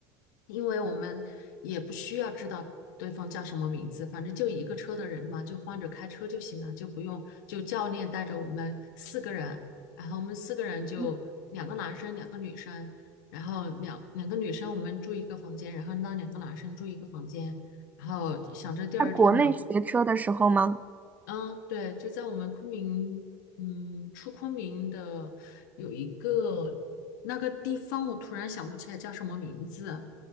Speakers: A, on the left (about 80°); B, on the right (about 15°).
A: 因为我们也不需要知道对方叫什么名字，反正就一个车的人嘛，就换着开车就行了，就不用就教练带着我们四个人，然后我们四个人就两个男生，
B: 嗯，
A: 两个女生，然后两两个女生我们住一个房间，然后那两个男生住一个房间，然后想着第二天嘛。
B: 在国内学车的时候吗？
A: 嗯，对，就在我们昆明，嗯，出昆明的有一个那个地方，我突然想不起来叫什么名字，